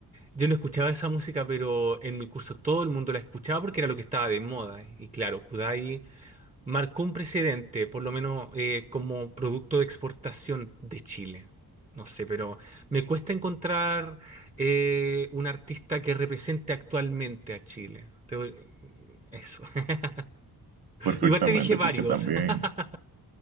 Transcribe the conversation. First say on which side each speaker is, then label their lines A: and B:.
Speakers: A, on the right (about 20°); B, on the right (about 75°).
A: Yo no escuchaba esa música, pero en mi curso todo el mundo la escuchaba porque era lo que estaba de moda. Y claro, Kudai marcó un precedente, por lo menos eh, como producto de exportación de Chile. No sé, pero me cuesta encontrar eh, un artista que represente actualmente a Chile. Te voy- Eso. <laughs>
B: perfectamente,
A: Igual te dije varios.
B: porque también,
A: <laughs>